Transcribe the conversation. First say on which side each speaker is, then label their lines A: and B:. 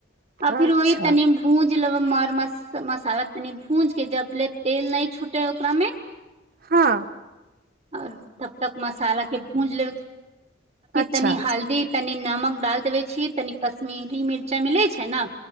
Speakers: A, on the right; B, on the right.
A: आ
B: अच्छा
A: फिर वही तनी भूज लेब मर मसाला तनी भूज के जबले तेल न छूटे ओकरा में
B: हा
A: आ तब तक मसाला के भूज लेब
B: अच्छा
A: तनी हल्दी तनि नमक डाल देबे छिये तनि कश्मिरी मिरचाइ मिले छे ने